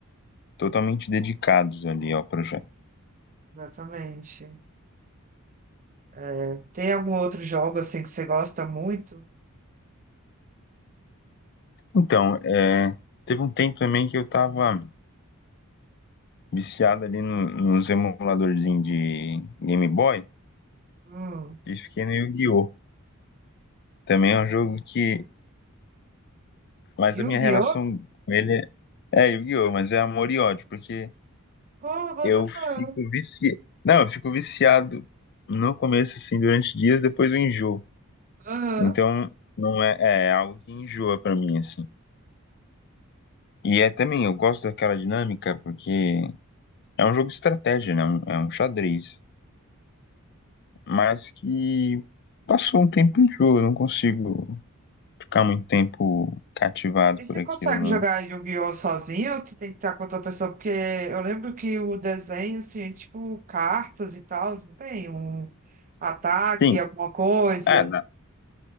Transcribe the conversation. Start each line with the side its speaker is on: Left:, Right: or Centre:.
Left: Totalmente dedicados ali ao projeto.
Right: Exatamente. É, tem algum outro jogo assim que você gosta muito?
Left: Então, é, teve um tempo também que eu tava viciado ali no- nos emuladorzinhos de Game Boy
Right: Hum.
Left: e fiquei no Yu-Gi-Oh! Também é um jogo que. Mas
Right: Yu-Gi-Oh!
Left: a minha relação com ele é, é Yu-Gi-Oh! Mas é amor e ódio, porque
Right: Oh, what
Left: eu
Right: the fuck?
Left: fico viciado. Não, eu fico viciado no começo, assim, durante dias, depois eu enjoo.
Right: Aham.
Left: Então, não é, é é algo que enjoa pra mim, assim. E é também, eu gosto daquela dinâmica porque é um jogo de estratégia, né? É Um- É um xadrez, mas que passou um tempo em jogo, eu não consigo ficar muito tempo cativado
Right: E
Left: por
Right: você
Left: aquilo,
Right: consegue
Left: não.
Right: jogar Yu-Gi-Oh! sozinho ou você tem que estar com outra pessoa? Porque eu lembro que o desenho tinha, tipo, cartas e tal, não tem? Um ataque,
Left: Sim,
Right: alguma coisa.
Left: é, na-